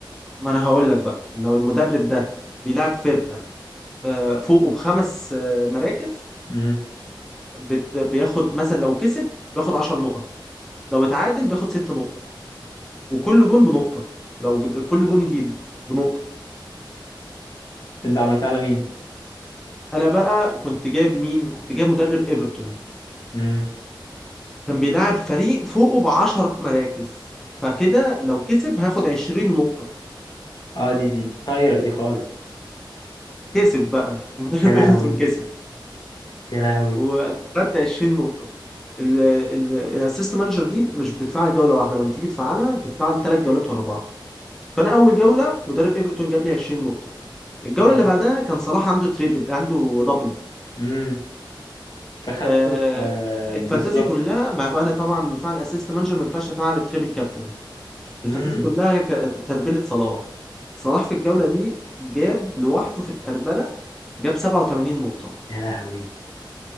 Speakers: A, in the centre; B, on the left.
A: ما انا هقول لك بقى لو المدرب ده بيلعب فرقة آه، فوقه بخمس آه، مراكز
B: ايه
A: بت- بياخد مثلا لو كسب بياخد 10 نقط لو اتعادل بياخد 6 نقط وكل جون بنقطة لو جد- كل جون يجيبه بنقطة
B: انت عملتها على مين
A: انا بقى كنت جايب مين كنت جايب مدرب ايفرتون
B: امم
A: كان بيلعب فريق فوقه ب 10 مراكز فكده لو كسب هياخد 20 نقطة
B: اه دي دي طاير دي خالص
A: كسب بقى <laughs> مدرب
B: يا لهوي
A: ايفرتون كسب
B: يا لهوي
A: وخدت 20 نقطة الاسيست مانجر دي مش بتتفعل جولة واحدة لما تيجي تفعلها بتتفعل ثلاث جولات ورا بعض فانا اول جوله مدرب ايفرتون جاب لي 20 نقطه الجوله
B: امم
A: اللي بعدها كان صلاح عنده تريبل عنده دبل
B: امم فخدت
A: آه
B: آه
A: الفانتازي
B: سلوت
A: كلها مع وانا طبعا مفعل اسيست مانجر ما ينفعش افعل تريبل كابتن الفانتازي
B: امم
A: كلها ك- تربله صلاح صلاح في الجوله دي جاب لوحده في التربله جاب 87 نقطه
B: يا لهوي